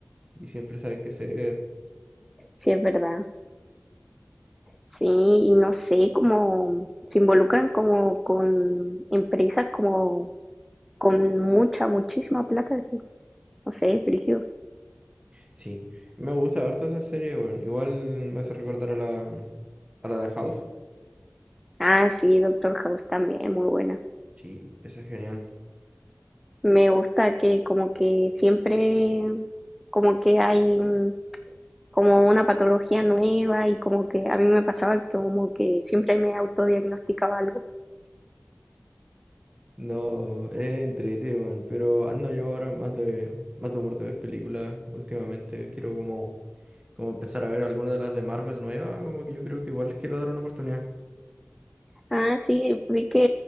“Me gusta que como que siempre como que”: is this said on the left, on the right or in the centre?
Centre